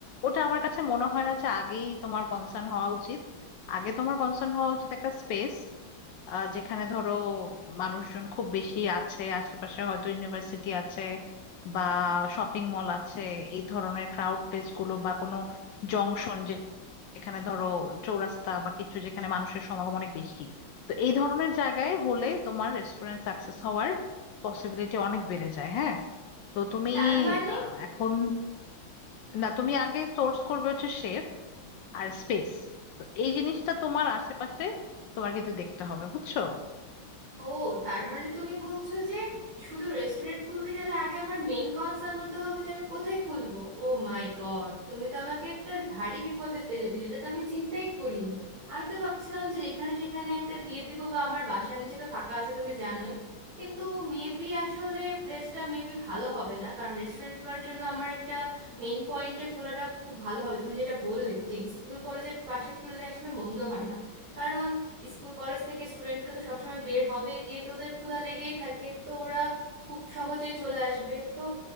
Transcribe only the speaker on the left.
ওটা আমার কাছে মনে হয় না যে আগেই তোমার কনসার্ন হওয়া উচিত আগে তোমার কনসার্ন হওয়া উচিত একটা স্পেস যেখানে ধরো মানুষজন খুব বেশি আছে আশেপাশে হয়তো ইউনিভার্সিটি আছে বা শপিং মল আছে এই ধরনের ক্রাউড প্লেস গুলো বা কোনো জংশন যেখানে ধরো চৌরাস্তা বা কিছু যেখানে মানুষের সমাগম অনেক বেশি তো এই ধরনের জায়গায় হলে তোমার রেস্টুরেন্ট সাকসেস হওয়ার পসিবিলিটি অনেক বেড়ে যায় হ্যাঁ তো তুমি
আহ, এখন না তুমি আগে সোর্স করবে হচ্ছে শেফ আর স্পেস তো এই জিনিসটা তোমার আশেপাশে তোমার কিন্তু দেখতে হবে বুঝছো